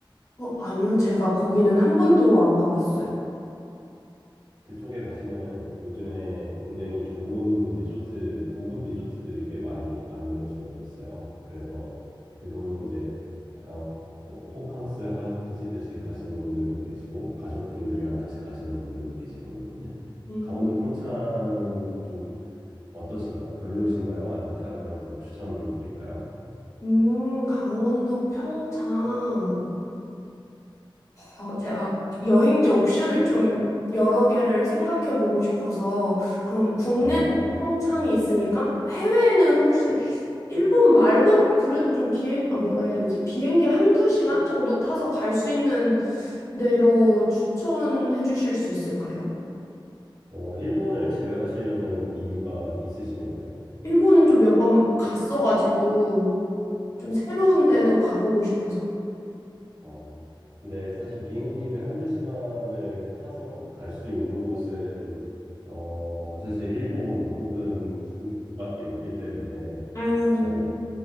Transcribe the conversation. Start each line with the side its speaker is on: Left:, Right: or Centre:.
Left: 어, 아니요. 제가 거기는 한 번도 안 가봤어요.
Right: 그쪽에 가시면은 요즘에 굉장히 좋은 리조트, 고급 리조트들이 꽤 많이 만들어져 있어요. 그래서 그걸로 이제 약간 호- 호- 호캉스 하- 하시듯이 가시는 분들도 계시고, 가족분들이랑 같이 가시는 분들도 계시거든요.
Left: 음,
Right: 강원도 평창은 좀 어떠신가요? 별로신가요? 아니면 다른 걸 더 추천드릴까요?
Left: 음, 강원도 평창. 어, 제가 여행지 옵션을 좀 여러 개를 생각해 보고 싶어서 그럼 국내는
Right: 아,
Left: 평창이 있으니까 해외는 혹시 일본 말고 그래도 좀 비행 아 뭐라 해야 되지? 비행기 한두 시간 정도 타서 갈 수 있는 데로 추천해 주실 수 있을까요?
Right: 어, 일본을 제외하시려는 이유가 있으신 거예요?
Left: 일본은 좀 몇 번 갔어가지고 좀
Right: 네.
Left: 새로운 데도 가보고 싶어서.
Right: 어, 근데 사실 비행기를 한 두 시간을 타서 갈 수 있는 곳은, 어, 사실 일본 혹은 중국밖에 없기 때문에
Left: 음.
Right: 저희